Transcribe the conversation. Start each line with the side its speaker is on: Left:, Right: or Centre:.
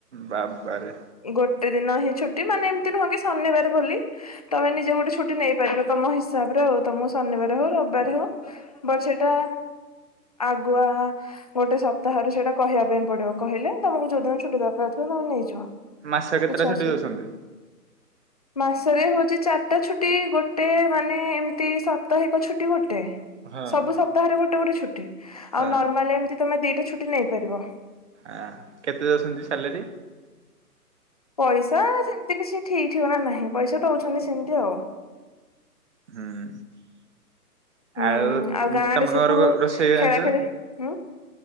Right: ବାବାରେ
Left: ଗୋଟେ ଦିନ ହିଁ ଛୁଟି ମାନେ ଏମିତି ନୁହଁ କି ଶନିବାର ବୋଲି ତମେ ନିଜେ ଗୋଟେ ଛୁଟି ନେଇପାରିବ ତମ ହିସାବରେ ଆଉ ତମକୁ ଶନିବାର ହଉ ରବିବାର ହଉ ବଟ୍ ସେଇଟା ଆଗୁଆ ଗୋଟେ ସପ୍ତାହରେ ସେଇଟା କହିବା ପାଇଁ ପଡିବ କହିଲେ ତମକୁ ଯୋଉଦିନ ଛୁଟି ଦରକାର ଥିବ ତମେ ନେଇଯିବ
Right: ମାସ କେତେଟା
Left: କିଛ
Right: ଛୁଟି
Left: ଅସୁବିଧା
Right: ଦଉଛନ୍ତି?
Left: ମାସରେ ହଉଛି ଚାରିଟା ଛୁଟି ଗୋଟେ ମାନେ ଏମିତି ସପ୍ତାହିକ ଛୁଟି ଗୋଟେ
Right: ହଁ
Left: ସବୁ ସପ୍ତାହରେ ଗୋଟେ ଗୋଟେ ଛୁଟି
Right: ହଁ
Left: ଆଉ ନର୍ମାଲ ଏମିତି ତମେ ଦିଟା ଛୁଟି ନେଇପାରିବ
Right: ଆ କେତେ ଦଉଛନ୍ତି ସାଲେରୀ?
Left: ପଇସା ସେମିତି କିଛି ଠିକ୍ ଠିକଣା ନାହିଁ ପଇସା ଦଉଛନ୍ତି ସେମିତି ଆଉ
Right: ହୁଁ
Left: ହୁଁ
Right: ଆଉ
Left: ଗାଁ
Right: ତମେ
Left: ରେ ସବୁ
Right: କଣ କଣ ରୋଷେଇ ଜାଣିଚ?
Left: ଖେଳା ଖେଳି ହୁଁ